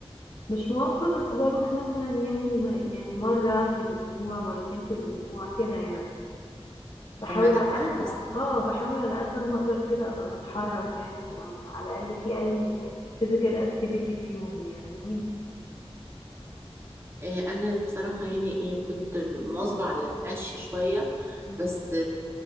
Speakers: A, on the left; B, on the right.
A: مش مواظبة بس بروح مثلا يعني م- يعني مرة في الأسبوع مرتين في الأسبوع كده يعني بحاول
B: طب ما ده
A: على
B: كويس
A: قد <laughs> اه بحاول على قد ما أقدر كده أبقى بتحرك يعني أو على الأقل في أي physical activity في يومي يعني وانتي
B: آه، انا بصراحه يعني إيه كنت مواظبه على المشي شويه
A: مم.
B: بس